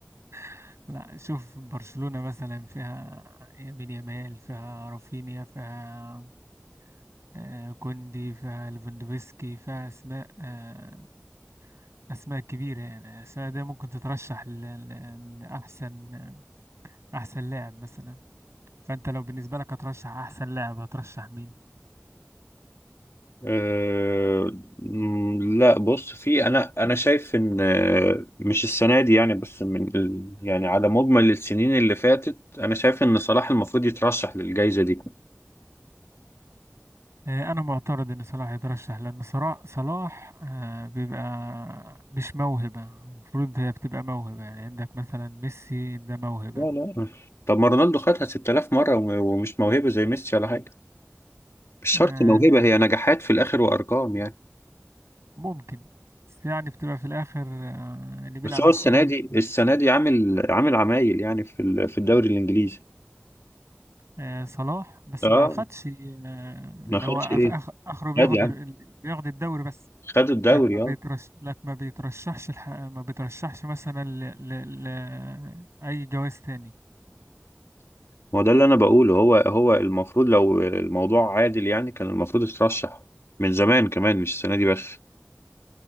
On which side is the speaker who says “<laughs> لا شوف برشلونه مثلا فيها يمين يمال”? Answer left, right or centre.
Right